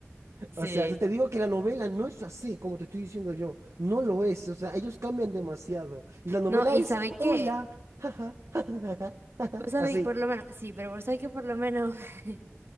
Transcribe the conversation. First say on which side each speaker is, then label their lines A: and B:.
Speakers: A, on the right; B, on the right.
A: Sí.
B: O sea, si te digo que la novela no es así, como te estoy diciendo yo, no lo es. O sea, ellos cambian demasiado. La novela
A: No, y
B: es,
A: sabe que,
B: hola, jaja, jajaja, jaja".
A: vos sabéis,
B: Así.
A: por lo menos, sí, pero vos sabéis que por lo menos, <laughs>